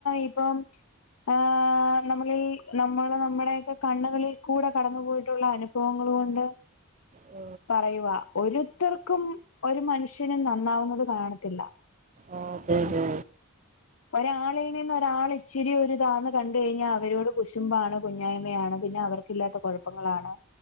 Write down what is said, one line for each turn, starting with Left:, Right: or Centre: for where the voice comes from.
Left: ഇപ്പം ആഹ ആ നമ്മളിൽ നമ്മൾ നമ്മുടെയൊക്കെ കണ്ണുകളിൽ കൂടെ കടന്നു പോയിട്ടുള്ള അനുഭവങ്ങൾ കൊണ്ട്
Right: ഓ
Left: പറയുവാ ഒരുത്തർക്കും ഒരു മനുഷ്യനും നന്നാവുന്നത് കാണത്തില്ല
Right: ആഹ് അതെതെ
Left: ഒരാളിൽ നിന്ന് ഒരാൾ ഇച്ചിരി ഒരി ഇതാന്ന് കണ്ട്കഴിഞ്ഞാ അവരോട് കുശുമ്പാണ് കുഞ്ഞായ്മയാണ് പിന്നെ അവര് ല്ലാത്ത കുഴപ്പങ്ങളാണ്